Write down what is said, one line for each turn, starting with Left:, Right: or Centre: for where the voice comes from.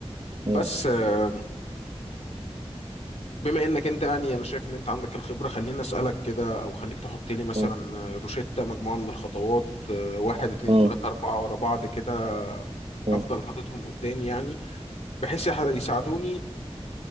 Left: بس
Right: م-
Left: آه، بما انك انت يعني انا شايف ان انت عندك الخبرة خليني اسألك كده او خليك تحط لي مثلا
Right: م-
Left: آه، روشتة مجموعة من الخطوات آه، واحد اتنين
Right: م-
Left: تلاتة اربعة ورا بعض كده
Right: م-
Left: افضل حاططهم قدامي يعني بحيث يح- يساعدوني